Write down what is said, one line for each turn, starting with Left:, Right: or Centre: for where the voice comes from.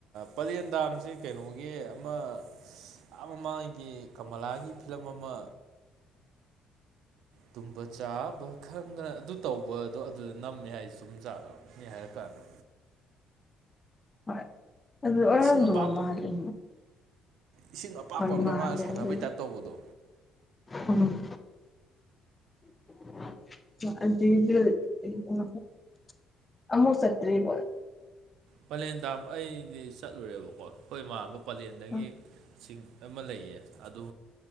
Right: ꯄꯂꯦꯟꯗꯥꯝꯁꯦ ꯀꯩꯅꯣꯒꯤ ꯑꯃꯥ꯫ ꯑꯥ ꯃꯃꯥꯡꯉꯒꯤ ꯀꯃꯂꯥꯒꯤ ꯐꯤꯂꯝ ꯑꯃꯥ ꯇꯨꯝꯕ ꯆꯥꯕ ꯈꯪꯗꯅ ꯑꯗꯨ ꯇꯧꯕꯗꯣ ꯑꯗꯨꯗ ꯅꯝꯃꯦ ꯍꯥꯏ ꯆꯨꯝ ꯖꯥꯠꯂꯣ ꯅꯤ ꯍꯥꯏꯔ ꯀꯥꯟꯗ
Left: ꯍꯣꯏ ꯑꯗꯨ ꯑꯣꯏꯔꯝꯗꯕ
Right: ꯏꯁꯤꯡ ꯑꯄꯥꯛꯄ
Left: ꯃꯥꯜꯂꯦ
Right: ꯏꯁꯤꯡ ꯑꯄꯥꯛꯄꯥ
Left: ꯍꯣꯏ
Right: ꯑꯝꯗꯥ
Left: ꯃꯥꯜꯂꯦ
Right: ꯃꯥꯅ ꯁꯥꯟꯅꯕꯩ
Left: ꯑꯗꯨ
Right: ꯇꯥꯏꯞ ꯇꯧꯕꯗꯣ
Left: ꯎꯝ <unintelligible> ꯑꯃꯨꯛ ꯆꯠꯇꯔꯤꯕꯣ꯫
Right: ꯄꯂꯦꯟ ꯗꯥꯝ ꯑꯩꯗꯤ ꯆꯠꯂꯨꯔꯦꯕꯀꯣ ꯑꯩꯈꯣꯏ ꯏꯃꯥꯥꯟꯅꯕ ꯄꯥꯂꯦꯟꯗꯒꯤ꯫
Left: ꯎꯝ
Right: ꯁꯤꯡ ꯑꯃꯥ ꯂꯩꯌꯦ ꯑꯗꯨ